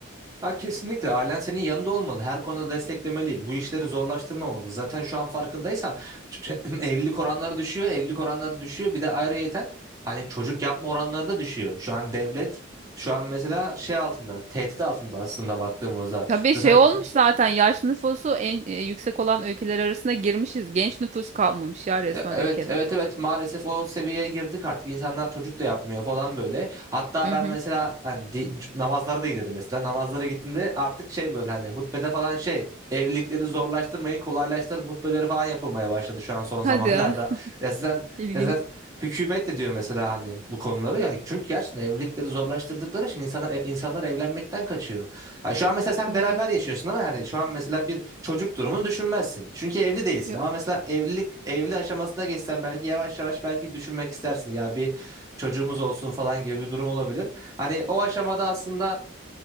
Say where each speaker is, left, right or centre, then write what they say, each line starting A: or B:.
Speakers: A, on the right; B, on the right.
A: Ha, kesinlikle ailen senin yanında olmalı. Her konuda desteklemeli. Bu işleri zorlaştırmamalı. Zaten şu an farkındaysan ç- ç- <clears throat> evlilik oranları düşüyor. Evlilik oranları düşüyor. Bir de ayrıyeten hani çocuk yapma oranları da düşüyor. Şu an devlet şu an mesela şey altında, tehdit altında aslında baktığımızda.
B: Tabii
A: Zaten
B: şey olmuş zaten yaşlı nüfusu en e, yüksek olan ülkeler arasına girmişiz. Genç nüfus kalmamış ya resmen
A: E, Evet
B: ülkede.
A: evet evet maalesef o seviyeye girdik artık insanlar çocuk da yapmıyor falan böyle hatta
B: Hı
A: ben
B: hı.
A: mesela hani di- namazlara da giderim mesela namazlara gittiğimde artık şey böyle hani hutbede falan şey evlilikleri zorlaştırmayın kolaylaştırın hutbeleri falan yapılmaya başladı şu an son zamanlarda
B: Hadi ya.
A: <laughs> ya zaten,
B: İlginç.
A: zaten hükümet de diyor mesela hani bu konuları ya çünkü gerçekten evlilikleri zorlaştırdıkları için insanlar e, insanlar evlenmekten kaçıyor Ha, şu an mesela sen
B: Tabii
A: beraber
B: canım.
A: yaşıyorsun ama hani şu an mesela bir çocuk durumunu düşünmezsin. Çünkü evli değilsin.
B: Yok.
A: Ama mesela evlilik evli aşamasına geçsen belki yavaş yavaş belki düşünmek istersin. Ya bir çocuğumuz olsun falan gibi bir durum olabilir. Hani o aşamada aslında